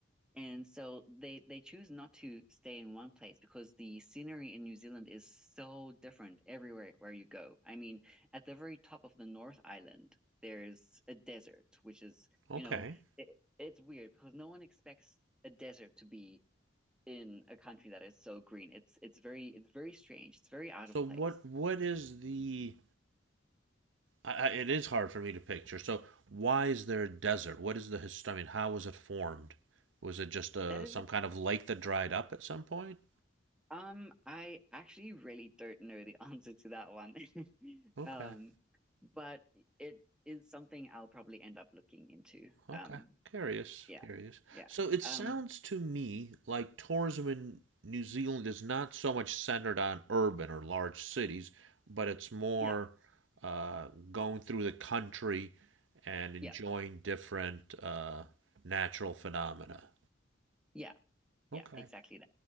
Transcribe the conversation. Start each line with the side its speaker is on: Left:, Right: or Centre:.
Centre: and so they they choose not to stay in one place because the scenery in New Zealand is so different everywhere where you go. I mean, at the very top of the North Island, there's a desert, which is,
Right: Okay.
Centre: you know, it, it's weird because no one expects a desert to be in a country that is so green. It's it's very it's very strange. It's very out
Right: So
Centre: of
Right: what
Centre: place.
Right: what is the I, I, it is hard for me to picture. So why is there a desert? What is the history? I mean, how was it formed? Was it just a
Centre: That is
Right: some kind of lake that dried up at some point?
Centre: Um, I actually really don't know the <laughs> answer to that one. <laughs>
Right: Okay,
Centre: Um, but it is something I'll probably end up looking into.
Right: okay.
Centre: Um,
Right: Curious,
Centre: yeah,
Right: curious.
Centre: yeah.
Right: So it sounds
Centre: Um,
Right: to me like tourism in New Zealand is not so much centered on urban or large cities, but it's more
Centre: yeah,
Right: uh, going through the country and enjoying
Centre: yeah,
Right: different uh, natural phenomena.
Centre: yeah, yeah,
Right: Okay.
Centre: exactly